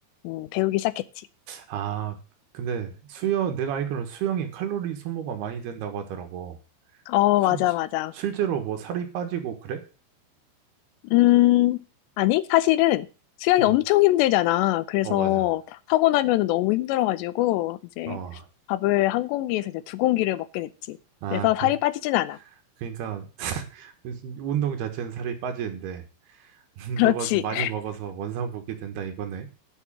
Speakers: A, on the left; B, on the right.
A: 음, 배우기 시작했지.
B: 아, 근데 수영, 내가 알기로는 수영이 칼로리 소모가 많이 된다고 하더라고.
A: 어,
B: 실,
A: 맞아, 맞아.
B: 실제로 뭐 살이 빠지고 그래?
A: 음, 아니, 사실은 수영이
B: 음,
A: 엄청 힘들잖아. 그래서
B: 어, 맞아.
A: 하고 나면 은 너무 힘들어가지고, 이제
B: 어,
A: 밥을 한 공기에서 이제 두 공기를 먹게 됐지.
B: 아,
A: 그래서
B: 그,
A: 살이 빠지진 않아.
B: 그러니까 그 운동 자체는 살이 빠지는데 <laughs>
A: 그렇지.
B: 너가 많이
A: <laughs>
B: 먹어서 원상복귀 된다 이거네.